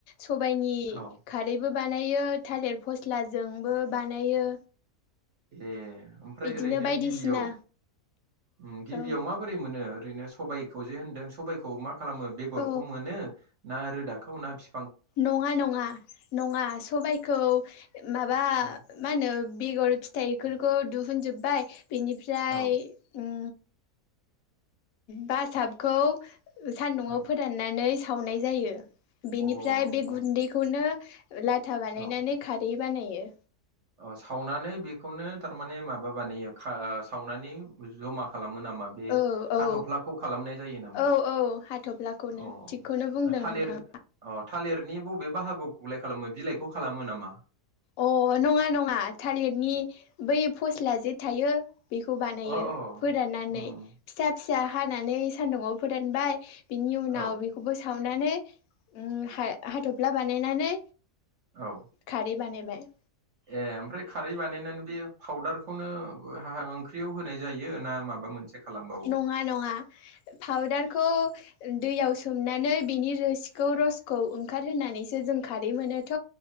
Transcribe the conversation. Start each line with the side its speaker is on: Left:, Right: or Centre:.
Left: सबाइनि
Right: औ
Left: खारैबो बानायो थालिर फस्लाजोंबो बानायो
Right: ए ओमफ्राय
Left: बिदिनो
Right: ओरैनो
Left: बायदिसिना
Right: गिबियाव उ गिबियाव
Left: औ
Right: माबोरै मोनो ओरैनो सबाइखौ जे होन्दों सबबायखौ मा खालामो बेगरखौ
Left: औ
Right: मोनो ना रो दाखौना फि
Left: नङा नङा नङा सबायखौ माबा
Right: औ
Left: मा होनो बेगर फिथाइफोरखौ दुहुनजोबबाय बेनिफ्राय
Right: औ
Left: उम बासाबखौ सान्दुंआव
Right: औ
Left: फोराननानै थावनाय जायो बेनिफ्राय
Right: औ
Left: बे गुन्दैखौनो लाथा बानायनानै
Right: अ औ
Left: खारै बानायो
Right: अ सावनानै बेखौनो थारमाने माबा बानायो खा सावनानै जमा खालामो नामा बे
Left: औ औ
Right: हाथफ्लाखौ खालामनाय जायो नामा?
Left: औ औ हाथ'फ्लाखौनो
Right: अ
Left: थिगखौनो बुंदों
Right: थालिर
Left: नोंथाङा
Right: अ थालिरनि बबे बाहागोखौगलाय खालामो बिलाइखौ खालामो नामा
Left: अ नङा नङा थालिरनि बै फस्ला जे थायो बेखौ बानायो
Right: अ अ
Left: फोराननानै
Right: उम
Left: फिसा फि फिसा हानानै सान्दुंङाव फोदानबाय बिनि उनाव
Right: औ
Left: बेखौबो साव नानै हा-हाथफ्ला बानायनानै
Right: औ
Left: खारि बानाय बाय
Right: ए ओमफ्राय खारै बानायनानै बे फाउदारखौनो ओंख्रियाव होनाय जायो ना माबा मोनसे खालामबावो
Left: नङा नङा फावदार खौ दैयाव सोमनानै बेनि रोसिखौ रसखौ ओंखार होनानैसो जों खारै मोनोथ'